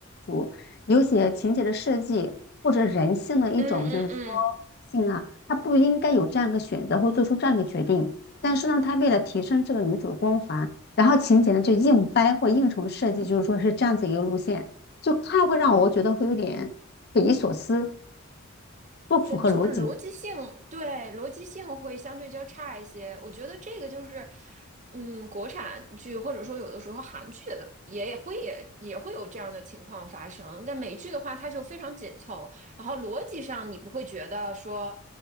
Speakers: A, on the left; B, on the right.
A: 主有些情节的设计或者人性的一种就是说
B: 嗯嗯嗯，
A: 性啊，他不应该有这样一个选择或做出这样一个决定，但是呢，他为了提升这个女主的光环，然后情节呢就硬掰或硬重设计，就是说是这样子一个路线。就看了会让我觉得会有点匪夷所思，不符合逻辑。
B: 呃，就是逻辑性，对，逻辑性会相对较差一些。我觉得这个就是，嗯，国产剧或者说有的时候韩剧的也会也也会有这样的情况发生。但美剧的话，它就非常紧凑，然后逻辑上你不会觉得说，